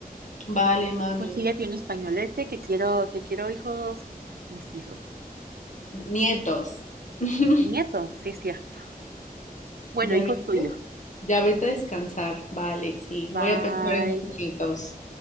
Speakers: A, on the left; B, on the right.
A: Vale, mami.
B: Consíguete un españolete que quiero, que quiero hijos mestizos.
A: Nietos. <laughs>
B: Nietos, sí es cierto. Bueno,
A: ¿Ya
B: hijos
A: viste?
B: tuyos.
A: Ya vete a descansar. Vale, sí.
B: Bye.
A: Voy a pensar en los nietos.